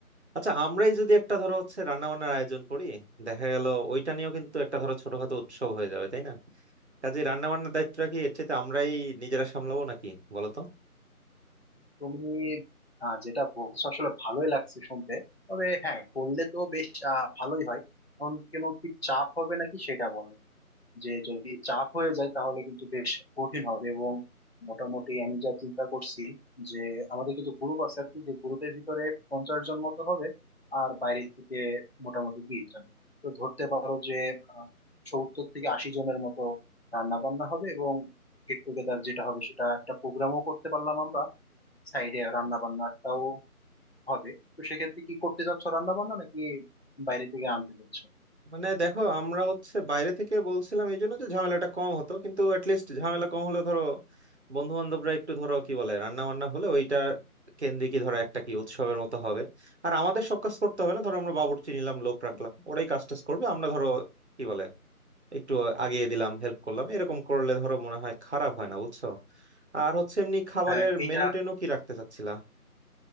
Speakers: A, on the right; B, on the left.
A: আচ্ছা আমরাই যদি একটা ধরো হচ্ছে রান্না বান্নার আয়োজন করি দেখা গেল ওইটা নিয়েও কিন্তু একটা ধরো ছোটখাটো উৎসব হয়ে যাবে তাই না কাজে রান্না বান্নার দায়িত্বটা কি এর চেয়ে আমরাই নিজেরা সামলাবো নাকি বলো তো
B: তুমি আহ, যেটা বলছো আসলে ভালোই লাগছে শুনতে তবে হ্যাঁ করলে তো বেশ আহ, ভালোই হয় কারণ কেন কি চাপ হবে নাকি সেটা বলো যে যদি চাপ হয়ে যায় তাহলে কিন্তু বেশ কঠিন হবে এবং মোটামুটি আমি যা চিন্তা করছি যে আমাদের কিন্তু গ্রুপ আছে আর কি যে গ্রুপের ভিতরে পঞ্চাশ জন মতো হবে আর বাইরে থেকে মোটামুটি বিশ জন তো ধরতে পারো যে আহ, সত্তর থেকে আশি জনের মতো রান্না বান্না হবে এবং গেট টুগেদার যেটা হবে সেটা একটা প্রোগ্রামও করতে পারলাম আমরা সাইডে রান্না বান্নাটাও হবে তো সেক্ষেত্রে কি করতে চাচ্ছ রান্না বান্না নাকি বাইরে থেকে আনতে চাচ্ছ
A: মানে দেখো আমরা হচ্ছে বাইরে থেকে বলছিলাম এই জন্য যে ঝামেলাটা কম হতো কিন্তু অ্যাটলিস্ট ঝামেলা কম হলে ধরো বন্ধু বান্ধবরা একটু ধরো কি বলে রান্না বান্না হলে ওইটা কেন্দ্রিক ধরো একটা কি উৎসবের মতো হবে আর আমাদের সব কাজ করতে হবে না ধরো আমরা বাবুর্চি নিলাম লোক রাখলাম ওরাই কাজ টাজ করবে আমরা ধরো কি বলে একটু আগিয়ে দিলাম হেল্প করলাম এরকম করলে ধরো মনে হয় খারাপ হয় না বুঝছো আর হচ্ছে এমনি খাবারের
B: হ্যাঁ এইটা
A: মেনু টেনু কি রাখতে চাচ্ছিলা